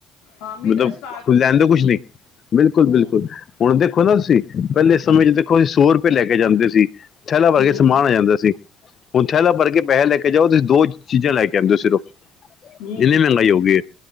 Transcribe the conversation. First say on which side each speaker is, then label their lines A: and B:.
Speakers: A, on the left (about 75°); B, on the left (about 50°).
A: ਹਾਂ ਮੀਟਰ
B: ਮਤਲਬੁ
A: ਸਟਾਰਟ ਹੋ
B: ਲੈਂਦੇ
A: ਜਾਂਦਾ
B: ਕੁਛ ਨਹੀਂ ਬਿਲਕੁਲ
A: ਹਮ
B: ਬਿਲਕੁਲ ਹੁਣ ਦੇਖੋ ਨਾ ਤੁਸੀਂ ਪਹਿਲੇ। ਸਮੇਂ 'ਚ ਦੇਖੋ ਅਸੀਂ ਸੌ ਰੁਪਏ ਲੈ ਕੇ ਜਾਂਦੇ ਸੀ। ਥੈਲਾ ਭਰ
A: ਹਮ
B: ਕੇ ਸਮਾਨ ਆ ਜਾਂਦਾ ਸੀ ਹੁਣ ਥੈਲਾ ਭਰ ਕੇ ਪੈਸਾ ਲੈ ਕੇ ਜਾਓ ਤੁਸੀਂ ਦੋ ਚੀਜ਼ਾਂ ਲੈ ਕੇ ਆਉਂਦੇ ਹੋ ਸਿਰਫ਼।
A: ਹਮ
B: ਇੰਨੀ ਮਹਿੰਗਾਈ ਹੋ ਗਈ ਹੈ।